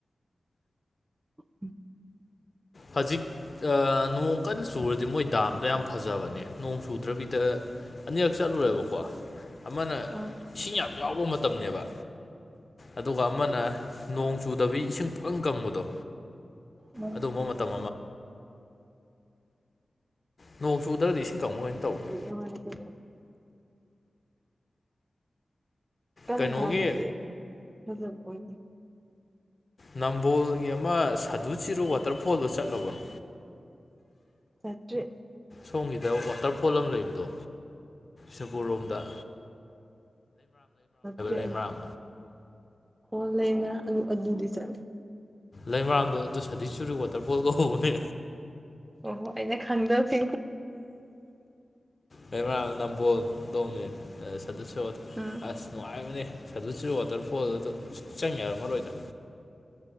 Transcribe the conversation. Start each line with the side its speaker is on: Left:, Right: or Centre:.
Right: <unintelligible>
Left: ꯍꯧꯖꯤꯛ ꯅꯣꯡ ꯀꯟꯅ ꯆꯨꯔꯗꯤ ꯃꯣꯏ ꯗꯥꯝꯗꯣ ꯌꯥꯝ ꯐꯖꯕꯅꯦ ꯅꯣꯡ ꯆꯨꯗ꯭ꯔꯕꯤꯗ ꯑꯅꯤꯔꯛ ꯆꯠꯂꯨꯔꯦꯕꯀꯣ ꯑꯃꯅ
Right: ꯑꯥ
Left: ꯏꯁꯤꯡ ꯌꯥꯝ ꯌꯥꯎꯕ ꯃꯇꯝꯅꯦꯕ ꯑꯗꯨꯒ ꯑꯃꯅ ꯅꯣꯡ ꯆꯨꯗꯕꯤ ꯏꯁꯤꯡ ꯄꯂꯪ ꯀꯪꯕꯗꯣ
Right: ꯎꯝ
Left: ꯑꯗꯨꯝꯕ ꯃꯇꯝ ꯅꯣꯡ ꯆꯨꯗ꯭ꯔꯗꯤ ꯏꯁꯤꯡ ꯀꯥꯡꯂꯨꯞꯅ ꯇꯧꯕꯅꯤ
Right: <unintelligible> ꯀꯟ
Left: ꯀꯩꯅꯣꯒꯤ
Right: ꯀꯥꯟꯗꯗꯤ ꯐꯖꯕ ꯑꯣꯏꯗꯦ
Left: ꯅꯝꯕꯣꯜꯒꯤ ꯑꯃ ꯁꯥꯗꯨ ꯆꯤꯔꯨ ꯋꯥꯇꯔꯐꯣꯜꯗꯣ ꯆꯠꯂꯕꯅꯣ
Right: ꯆꯠꯇ
Left: ꯁꯣꯝꯒꯤꯗ ꯋꯥꯇꯔꯐꯣꯜ ꯑꯃ ꯂꯩꯕꯗꯣ ꯁꯒꯣꯜ ꯂꯣꯝꯗ
Right: ꯆꯦ
Left: ꯂꯩꯃꯔꯥꯝ
Right: ꯑꯣꯟꯂꯥꯏ ꯑꯕꯨꯗꯤ ꯆ
Left: ꯂꯩꯃꯔꯥꯝꯗꯣ ꯑꯗꯨ ꯁꯗꯤꯛ ꯆꯨꯔꯤ ꯋꯥꯇꯔꯐꯣꯜ ꯀꯧꯍꯧꯕꯅꯦ
Right: ꯑꯣꯍꯣ ꯑꯩꯅ ꯈꯪꯗꯕꯁ
Left: ꯀꯩꯃꯥ ꯅꯝꯕꯣꯜꯗꯣꯡꯅꯦ ꯑ ꯁꯠ ꯁꯣꯠ
Right: ꯎꯝ
Left: ꯑꯁ ꯅꯨꯡꯉꯥꯏꯕꯅꯦ ꯑꯗꯨꯁꯤ ꯋꯥꯇꯔꯐꯣꯜ ꯑꯗꯨꯗ ꯆꯪ ꯌꯥꯔꯝꯃꯔꯣꯏꯗ